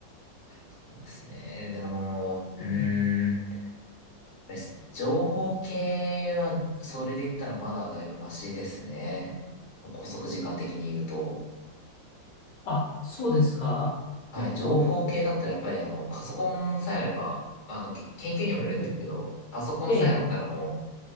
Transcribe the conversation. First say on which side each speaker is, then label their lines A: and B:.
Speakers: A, on the left; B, on the left.
A: そうですね。でも、
B: うんうん
A: うーん。です。情報系は、それで言ったらまだだいぶマシですね。拘束時間的に言うと。
B: あ、そうですか結構、
A: はい、情報系だったらやっぱりあの、パソコンさえあれば、まああの、け研究にもよるんですけど、パソコンさえあったらも
B: ええ、